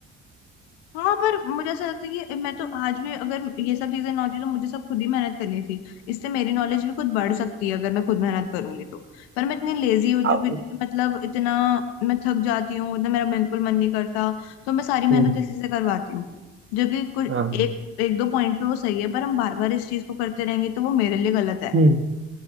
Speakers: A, on the left (about 85°); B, on the right (about 40°).
A: हाँ पर मुझे ऐसा लगता है कि मैं तो आज भी अगर ये सब चीजें ना होती तो मुझे सब खुद ही मेहनत करनी थी इससे मेरी नॉलेज भी खुद बढ़ सकती है अगर मैं खुद मेहनत करूंगी तो पर मैं इतनी लेजी हो चुकी
B: अब-
A: हूँ इतनी- मतलब इतना मैं थक जाती हूँ इतना मेरा बिल्कुल मन नहीं करता तो मैं सारी
B: हम्म
A: मेहनत इसी से करवाती हूँ जो कि कुछ
B: हाँ।
A: एक एक दो पॉइंट पे वो सही है पर हम बार बार इस चीज को करते रहेंगे तो वो मेरे लिए गलत है
B: हम्म